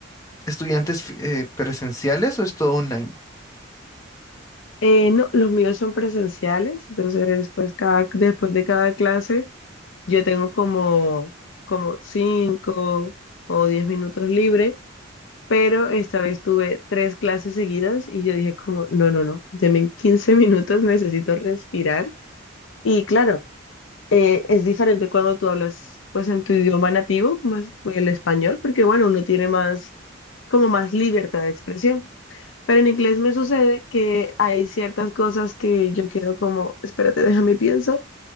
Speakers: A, on the left (about 15°); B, on the left (about 65°).
A: estudiantes eh, presenciales o es todo online?
B: Eh, no, los míos son presenciales, entonces pues cada, después de cada clase Yo tengo como, como cinco o diez minutos libre, pero esta vez tuve tres clases seguidas y yo dije como, no, no, no, deme en 15 minutos, necesito respirar. Y claro, eh, es diferente cuando tú hablas pues en tu idioma nativo, como es el español, porque bueno, uno tiene más, como más libertad de expresión. Pero en inglés me sucede que hay ciertas cosas que yo quedo como, espérate, déjame pienso